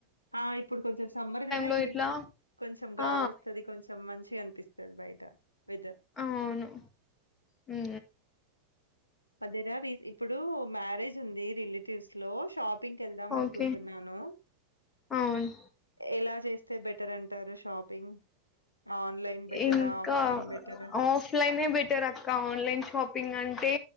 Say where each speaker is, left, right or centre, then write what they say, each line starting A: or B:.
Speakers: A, on the left; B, on the left.
A: ఆ ఇప్పుడు కొంచెం సమ్మర్ కదా
B: లో
A: ఈ
B: ఇట్లా
A: కొంచెం గాలి
B: ఆ
A: ఒత్తది కొంచెం మంచిగ అనిపి స్తది బయట వెదర్
B: అవును హు
A: అదేరా రీ ఇప్పుడు మ్యారేజ్ ఉంది రిలేటివ్స్ లో షాప్ ింగ్ వెళ్దాం
B: ఓకే
A: అనుకుంటున్నాను
B: అవును
A: ఎలా చేస్ తే బెటర్ అంటారు షాపింగ్ ఆన్‌లైన్ బెటరా?
B: ఇంకా
A: ఆఫ్‌లైన్ బెటరా?
B: ఆఫ్లైనే బెటర్ అక్క ఆన్లైన్ షాపింగ్ అంటే